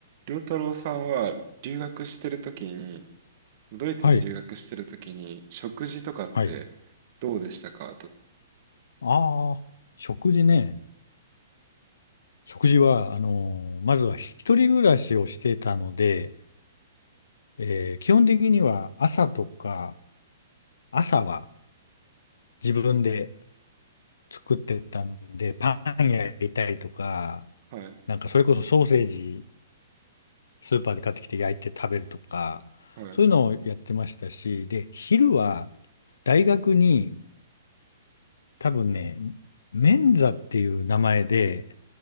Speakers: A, on the right; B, on the left.
A: 良太郎さんは留学してるときに、ドイツに留学してるときに、
B: はい、
A: 食事とかってどうでしたかと。
B: はい。ああ、食事ね。食事は、あのーまずは一人暮らしをしてたので、えー基本的には朝とか、朝は自分で作ってたんで、パン焼いたりとか、
A: はい、
B: なんかそれこそソーセージ、スーパーで買ってきて焼いて食べるとか、
A: はい。
B: そういうのをやってましたし、で、昼は大学に多分ね、メンザっていう名前で、